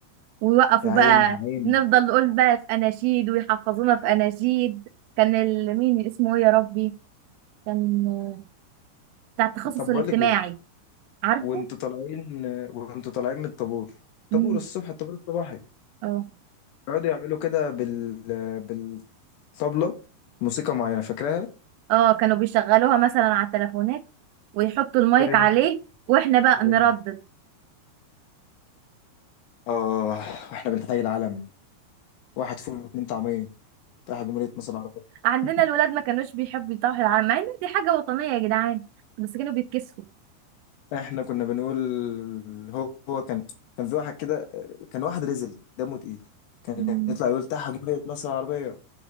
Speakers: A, on the right (about 80°); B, on the left (about 80°).
A: ويوقفوا
B: يا عيني
A: بقى
B: يا عيني
A: نفضل نقول بقى في اناشيد ويحفظونا في اناشيد كان ال- مين اسمه ايه يا ربي كان آه، بتاع التخصص
B: طب
A: الاجتماعي
B: بقول لك إيه؟
A: عارفه
B: وانتوا طالعين وانتوا طالعين من الطابور
A: مم.
B: طابور الصبح الطابور الصباحي
A: اه
B: يقعدوا يعملوا كده بال بالطبلة موسيقى معينة فاكراها؟
A: اه كانوا بيشغلوها مثلا على التليفونات ويحطوا المايك
B: تيرن-
A: عليه
B: تيرن-
A: واحنا بقى
B: تيرن.
A: نردد
B: اه واحنا بنحيي العلم واحد فول واتنين طعمية رايح جمهورية مصر العربية
A: عندنا
B: <laughs>
A: الولاد ما كانوش بيحبوا يطاحوا العلم مع ان دي حاجة وطنية يا جدعان بس كانوا بيتكسفوا
B: احنا كنا بنقول هو هو كان كان في واحد كده كان واحد رزل دمه تقيل كان
A: مم.
B: يطلع يقول تحت جمهورية مصر العربية